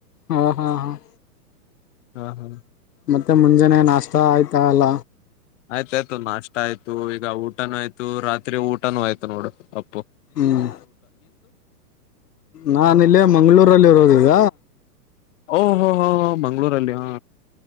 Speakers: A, on the left; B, on the left.
A: ಹಾ ಹಾ ಹಾ
B: ಹ್ಮ ಹ್ಮ.
A: ಮತ್ತೆ ಮುಂಜಾನೆ ನಾಷ್ಟ ಆಯ್ತಾ ಅಲ್ಲ.
B: ಆಯ್ತಾಯ್ತು ನಾಷ್ಟ ಆಯ್ತು ಈಗ ಊಟನು ಆಯ್ತು ರಾತ್ರಿ ಊಟನು ಆಯ್ತು ನೋಡು ಅ.
A: ಹ್ಮ್ ನಾನ್ ಇಲ್ಲೇ ಮಂಗ್ಳೂರಲ್ಲಿರೋದ ಈಗ.
B: ಓಹ ಹೊ ಹೊ ಹ ಮಂಗಳೂರಲ್ಲಿ ಹಾ.